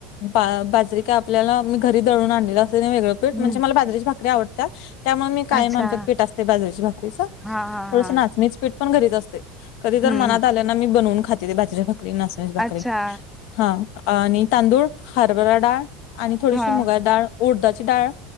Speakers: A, on the left; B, in the centre.
A: बा-बाजरी काय आपल्याला मी घरी दळून आणलेलं असतंय वेगळं पीठ,
B: हम्म
A: म्हणजे मला बाजरीची भाकरी आवडत्या. त्यामुळे मी कायम
B: अच्छा
A: आमच्यात पीठ असतंय बाजरीच्या भाकरीच.
B: हा हा
A: थोडसं
B: हा
A: नाचणीच पीठ पण घरीच असतंय. कधी तर
B: हम्म
A: मनात आलं ना मी बनवून खाते ते बाजरीची भाकरी, नाचणीची भाकरी.
B: अच्छा
A: हां आणि तांदूळ, हरभरा डाळ आणि थोडीशी
B: हा
A: मुगा डाळ, उडदाची डाळ